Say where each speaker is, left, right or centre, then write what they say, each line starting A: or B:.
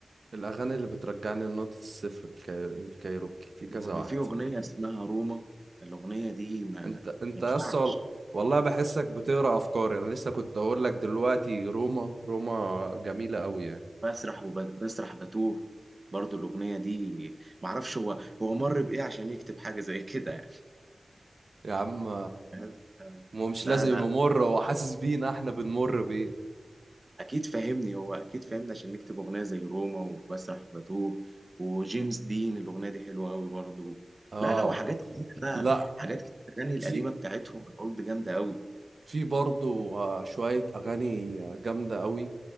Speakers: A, on the right; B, on the right.
A: والاغاني اللي بترجعني لنقطه الصفر الكاي- الكايروكي في كذا
B: يعني
A: واحده
B: في اغنية اسمها روما الاغنية دي ما
A: انت انت
B: ينفعش
A: يا اسطى والله بحسك بتقرا افكاري انا لسه كنت اقول لك دلوقتي روما روما جميله قوي يعني
B: بسرح وبسرح بتوه برضو الأغنية دي معرفش هو هو مر بإيه عشان يكتب حاجة زي كده يعني
A: يا عم
B: فاهم؟
A: مو مش
B: لا
A: لازم
B: لا
A: يبقى مر هو حاسس بينا احنا بنمر بايه
B: أكيد فاهمني هو أكيد فاهمني عشان يكتب أغنية زي روما وبسرح وبتوه وجيمس دين الأغنية دي حلوة أوي برضو
A: اه
B: لا لا وحاجات كتير بقى
A: لا
B: حاجات كتير الأغاني القديمة
A: في
B: بتاعتهم الأولد جامدة أوي
A: في برضو آه، شوية أغاني آه، جامدة قوي